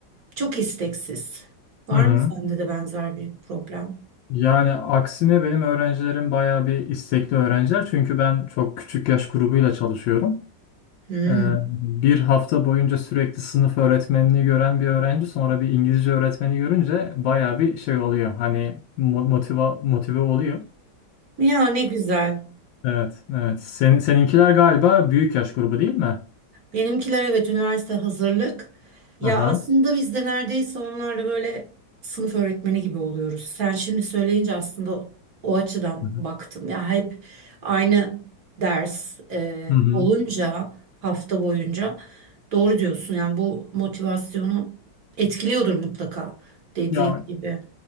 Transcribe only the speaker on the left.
Hı hı.
Yani aksine benim öğrencilerim bayağı bir istekli öğrenciler. Çünkü ben çok küçük yaş grubuyla çalışıyorum.
Ee, bir hafta boyunca sürekli sınıf öğretmenini gören bir öğrenci sonra bir İngilizce öğretmeni görünce bayağı bir şey oluyor. Hani mo- motiva motive oluyor.
Evet, evet. Senin, seninkiler galiba büyük yaş grubu değil mi?
Aha.
Hı hı.
Hı hı.
Ya